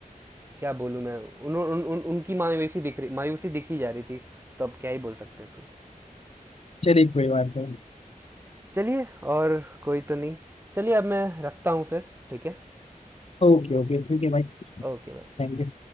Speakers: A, on the right (about 15°); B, on the left (about 45°).
A: क्या बोलूं मैं उन, उन, उन, उनकी मायूसी दिख रही मायूसी दिखी जा रही थी तो अब क्या ही बोल सकते तो
B: चलिए कोई बात नहीं
A: चलिए और कोई तो नहीं चलिए अब मैं रखता हूँ फिर ठीक है
B: ओके ओके ठीक है भाई
A: ओके भाई
B: Thank you